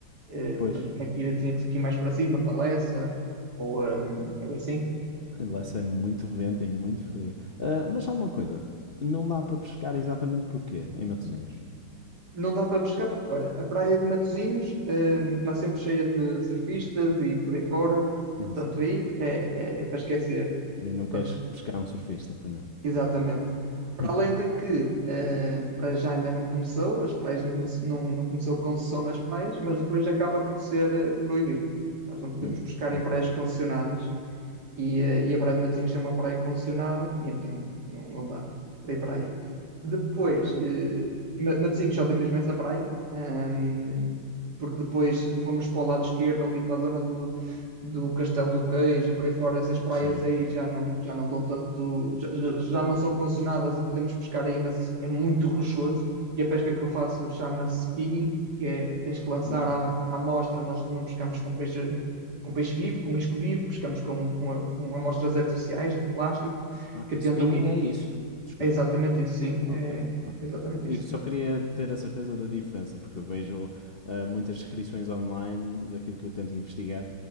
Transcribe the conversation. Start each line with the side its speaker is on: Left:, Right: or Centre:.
Right: Eh,
Left: Pois,
Right: portanto, tinha que ir, tinha que ir mais para cima, para Lessa, ou, hum, ou assim.
Left: lá é muito vento e muito frio. Ah, mas só uma coisa, não dá para pescar exatamente porquê em Matosinhos?
Right: Não dá para pescar porque, olha, a praia de Matosinhos, hum, está sempre cheia de surfistas e por aí fora,
Left: Exato.
Right: portanto aí é, é- é para esquecer.
Left: E
Right: Portanto,
Left: não queres pescar um surfista, pois não?
Right: Exatamente.
Left: <laughs>
Right: Para além de que, eh, para já ainda não começou, as praias não, não, não começou concessão nas praias, mas depois acaba por ser eh, proibido. Nós não podemos
Left: Hum,
Right: pescar
Left: ok.
Right: em praias concessionadas. E, eh, e a Praia de Matosinhos é uma praia concessionada, e então pronto, não, não dá para ir para aí. Depois,
Left: Ok.
Right: eh, e Ma- Matosinhos só tem mesmo essa praia, ahm, porque depois fomos para o lado esquerdo, ali para a zona do, do Castelo do Queijo e por aí fora, essas praias
Left: Sim.
Right: aí já não, já não dão tanto, já, já- já não são condicionadas e podemos pescar aí, mas é muito rochoso. E a pesca que eu faço chama-se spinning, que é tens que lançar
Left: Hum,
Right: à, à amostra, nós não pescamos com peixe, com peixe vivo, com isco vivo, pescamos com, com, a- com amostras artificiais de plástico
Left: ok.
Right: que tentam
Left: Spinning
Right: ir.
Left: é isso. Desculpa.
Right: É exatamente isso, sim,
Left: Ok,
Right: é
Left: ok.
Right: exatamente
Left: Eu
Right: isso.
Left: só queria ter a certeza da diferença, porque eu vejo ah, muitas descrições online daquilo que eu tento investigar